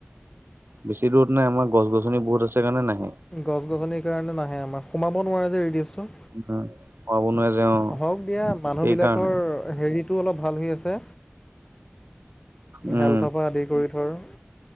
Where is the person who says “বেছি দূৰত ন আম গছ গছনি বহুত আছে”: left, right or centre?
Right